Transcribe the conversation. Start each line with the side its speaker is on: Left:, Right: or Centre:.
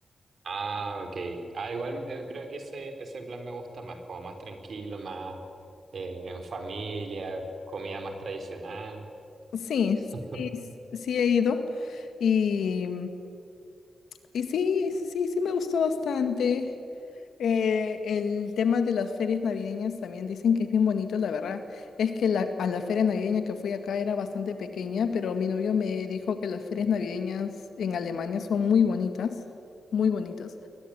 Right: Ah, ok. Ah, igual eh, creo que ese, ese plan me gusta más, como más tranquilo, más eh, en familia, comida más tradicional.
Left: Sí,
Right: <laughs>
Left: sí, s- sí he ido y, y sí, sí, sí me gustó bastante. Eh, el tema de las ferias navideñas también dicen que es bien bonito, la verdad. Es que la- a la feria navideña que fui acá era bastante pequeña, pero mi novio me dijo que las ferias navideñas en Alemania son muy bonitas, muy bonitas.